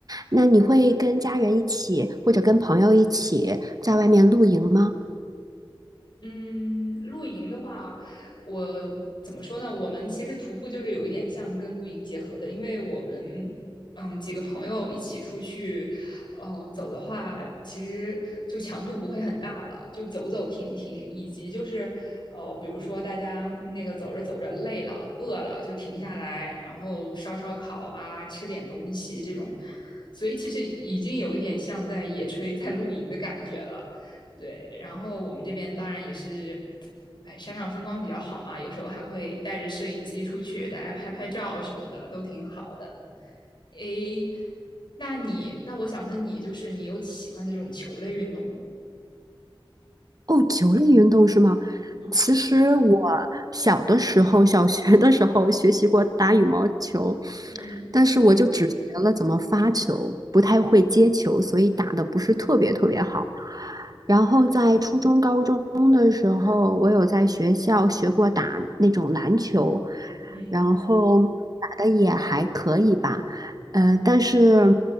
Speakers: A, on the right (about 45°); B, on the left (about 55°).
A: 那你会跟家人一起，或者跟朋友一起在外面露营吗？
B: 嗯，露营的话，我怎么说呢？我们其实徒步就是有一点像跟露营结合的，因为我们嗯几个朋友一起出去，呃走的话，其实就强度不会很大了，就走走停停，以及就是呃比如说大家那个走着走着累了、饿了，就停下来，然后烧烧烤啊，吃点东西这种，所以其实已经有一点像在野炊、在露营的感觉了。对，然后我们这边当然也是，哎，山上风光比较好嘛，有时候还会带着摄影机出去，大家拍拍照什么的，都挺好的。诶，那你，那我想问你，就是你有喜欢的这种球类运动吗？
A: 哦，球类运动是吗？
B: 嗯
A: 其实我小的时候，小学的时候学习过打羽毛球，
B: 嗯
A: 但是我就只学了怎么发球，不太会接球，所以打的不是特别特别好。
B: 嗯
A: 然后在初中、高中的时候，我有在学校学过打那种篮球，
B: 嗯
A: 然后打的也还可以吧。呃，但是